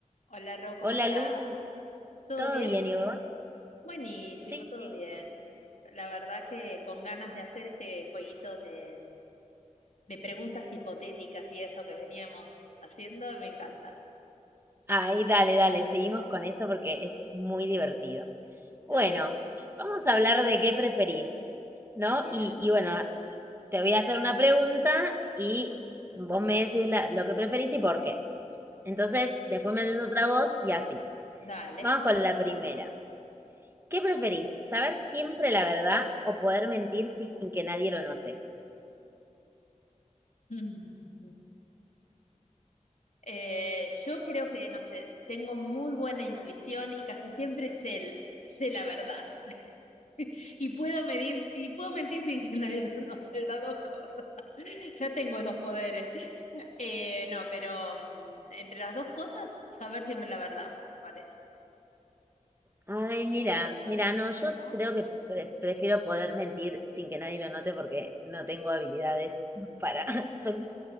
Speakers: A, on the left; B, on the right.
A: Hola Ro, ¿cómo
B: Hola
A: estás?
B: Lu,
A: ¿Todo
B: ¿todo
A: bien?
B: bien y vos?
A: Buenísimo,
B: Sí,
A: todo
B: sí.
A: bien. La verdad que con ganas de hacer este jueguito de, de preguntas hipotéticas y eso que veníamos haciendo, me encanta.
B: Ay, dale, dale, seguimos con eso porque es muy divertido. Bueno,
A: Está
B: vamos a hablar de qué preferís, ¿no?
A: bien.
B: Y, y bueno, te voy a hacer una pregunta y vos me decís la- lo que preferís y por qué. Entonces, después me haces otra voz y así.
A: Dale.
B: Vamos con la primera. ¿Qué preferís? ¿Saber siempre la verdad o poder mentir sin que nadie lo note?
A: <laughs> Eh, yo creo que, no sé, tengo muy buena intuición y casi siempre sé, el- sé la verdad. <laughs> Y puedo medir, y puedo mentir sin que <laughs> nadie lo note, las dos cosas. <laughs> Ya tengo esos poderes. Eh, no, pero mm, entre las dos cosas, saber siempre la verdad, me parece,
B: Ay, mira, mira, no, yo
A: ¿no?
B: creo que pre- prefiero poder mentir sin que nadie lo note porque no tengo habilidades para, <laughs> soy-